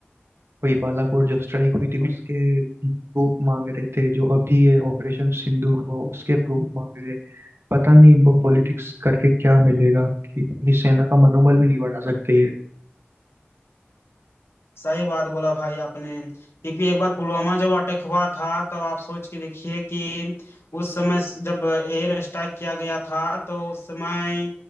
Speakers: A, on the right (about 80°); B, on the left (about 75°).
A: वही बालाकोट जो स्ट्राइक हुई थी उसके प्रूफ मांग रहे थे जो अभी ये ऑपरेशन सिंदूर हुआ उसके प्रूफ मांग रहे पता नहीं इनको पॉलिटिक्स करके क्या मिलेगा कि अपनी सेना का मनोबल भी नहीं बढ़ा सकते ये
B: सही बात बोला भाई आपने क्योंकि एक बार पुलवामा जब अटैक हुआ था तब आप सोच के देखिए कि उस समय स- जब एयर स्ट्राइक किया गया था तो उस समय